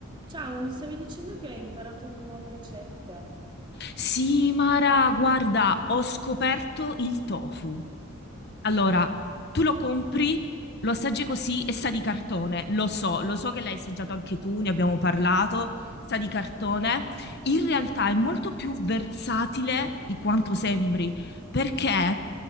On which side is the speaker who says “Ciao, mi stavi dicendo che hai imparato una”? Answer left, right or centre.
Right